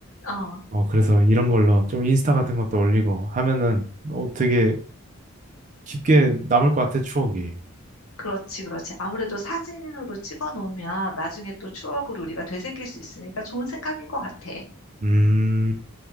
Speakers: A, on the left; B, on the right.
A: 어,
B: 어, 그래서 이런 걸로 좀 인스타 같은 것도 올리고 하면은, 어, 되게 깊게 남을 것 같아, 추억이.
A: 그렇지, 그렇지. 아무래도 사진으로 찍어 놓으면 나중에 또 추억을 우리가 되새길 수 있으니까 좋은 생각인 것 같아.
B: 음,